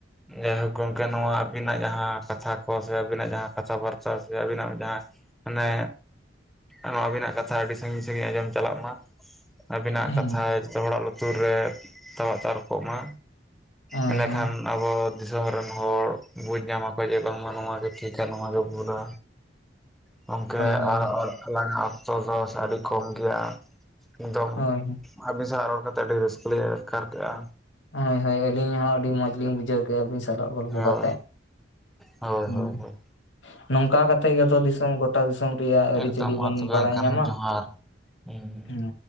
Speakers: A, in the centre; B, on the left (about 85°).
A: ᱡᱟᱭᱦᱳᱠ ᱜᱚᱢᱠᱮ ᱱᱚᱣᱟ ᱟᱹᱵᱤᱱᱟᱜ ᱡᱟᱦᱟᱸ ᱠᱟᱛᱷᱟ ᱠᱚ ᱥᱮ ᱟᱹᱵᱤᱱᱟᱜ ᱡᱟᱦᱟᱸ ᱠᱟᱛᱷᱟ ᱵᱟᱨᱛᱟ ᱥᱮ ᱟᱹᱵᱤᱱᱟᱜ ᱡᱟᱦᱟᱸ ᱢᱟᱱᱮ ᱱᱚᱣᱟ ᱟᱹᱵᱤᱱᱟᱜ ᱠᱟᱛᱷᱟ ᱟᱹᱰᱤ ᱥᱟᱺᱜᱤᱧ ᱥᱟᱺᱜᱤᱧ ᱟᱸᱡᱚᱢ ᱪᱟᱞᱟᱜ ᱢᱟ᱾ ᱟᱵᱤᱱᱟᱜ
B: ᱦᱮᱸ
A: ᱠᱟᱛᱷᱟ ᱡᱚᱛᱚ ᱦᱚᱲᱟᱜ ᱞᱩᱛᱩᱨ ᱨᱮ ᱛᱟᱣᱟᱜ ᱛᱟᱨᱠᱳᱜ ᱢᱟ᱾
B: ᱦᱳᱭ
A: ᱮᱸᱰᱮᱠᱷᱟᱱ
B: ᱦᱳᱭ
A: ᱟᱵᱚ ᱫᱤᱥᱚᱢ ᱨᱮᱱ ᱦᱚᱲ ᱵᱩᱡᱽ ᱧᱟᱢᱟᱠᱚ ᱡᱮ ᱵᱟᱝᱢᱟ ᱱᱚᱣᱟ ᱜᱮ ᱴᱷᱤᱠ᱾ ᱱᱚᱣᱟ ᱜᱮ ᱵᱷᱩᱞᱟ᱾ ᱜᱚᱝᱠᱮ
B: ᱦᱳᱭ
A: ᱟᱨ ᱟᱨ ᱟᱞᱟᱝᱟᱜ ᱛᱚ ᱫᱚᱥ ᱟᱹᱰᱤ ᱠᱚᱢ ᱜᱮᱭᱟ ᱮᱠᱫᱚᱢ᱾
B: ᱦᱳᱭ ᱦᱳᱭ
A: ᱟᱹᱵᱤᱱ ᱥᱟᱶ ᱨᱚᱲ ᱠᱟᱛᱮ ᱟᱹᱰᱤ ᱨᱟᱹᱥᱠᱟᱹ ᱞᱤᱧ ᱟᱴᱠᱟᱨ ᱠᱮᱜᱼᱟ᱾
B: ᱦᱳᱭ ᱦᱳᱭ ᱟᱹᱞᱤᱧ ᱦᱚᱸ ᱟᱹᱰᱤ ᱢᱚᱸᱡᱽ ᱞᱤᱧ ᱵᱩᱡᱷᱟᱹᱣ ᱠᱮᱜᱼᱟ ᱟᱹᱵᱤᱱ ᱥᱟᱞᱟᱜ ᱜᱚᱞᱯᱚ
A: ᱦᱳᱭ
B: ᱠᱟᱛᱮᱜ᱾
A: ᱦᱳᱭ
B: ᱦᱮᱸ
A: ᱦᱳᱭ ᱦᱳᱭ᱾
B: ᱱᱚᱝᱠᱟ ᱠᱟᱛᱮᱜ ᱜᱮᱛᱚ ᱫᱤᱥᱚᱢ ᱜᱚᱴᱟ ᱫᱤᱥᱚᱢ ᱨᱮᱭᱟᱜ ᱟᱹᱨᱤ
A: ᱮᱠᱫᱚᱢ
B: ᱪᱟᱹᱞᱤ
A: ᱢᱟ
B: ᱵᱚᱱ
A: ᱛᱚᱵᱮ
B: ᱵᱟᱲᱟᱭ
A: ᱮᱱᱠᱷᱟᱱ
B: ᱧᱟᱢᱟ᱾
A: ᱡᱚᱦᱟᱨ ᱦᱩᱸ᱾
B: ᱦᱮᱸ